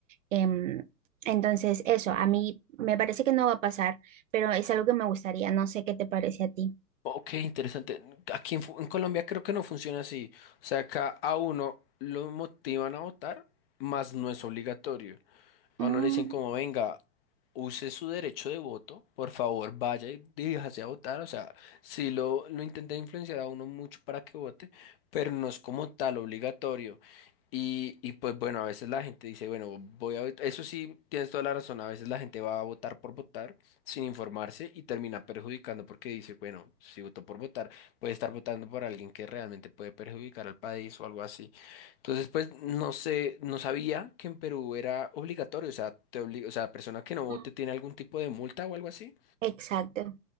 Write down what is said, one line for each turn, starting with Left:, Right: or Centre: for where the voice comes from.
Right: Em, entonces, eso, a mí me parece que no va a pasar, pero es algo que me gustaría, no sé qué te parece a ti.
Left: Ok, interesante. Aquí en, Fu- en Colombia creo que no funciona así. O sea, acá a uno lo motivan a votar, más no es obligatorio. A
Right: Mm,
Left: uno le dicen como, venga, use su derecho de voto, por favor, vaya y diríjase a votar. O sea, sí lo, lo intenté influenciar a uno mucho para que vote, pero no es como tal obligatorio. Y, y pues bueno, a veces la gente dice, bueno, voy a votar. Eso sí, tienes toda la razón. A veces la gente va a votar por votar sin informarse y termina perjudicando porque dice, bueno, si votó por votar, puede estar votando por alguien que realmente puede perjudicar al país o algo así. Entonces, pues, no sé, no sabía que en Perú era obligatorio, o sea, te obli- o sea, la persona que no vote
Right: mm,
Left: tiene algún tipo de multa o algo así.
Right: exacto.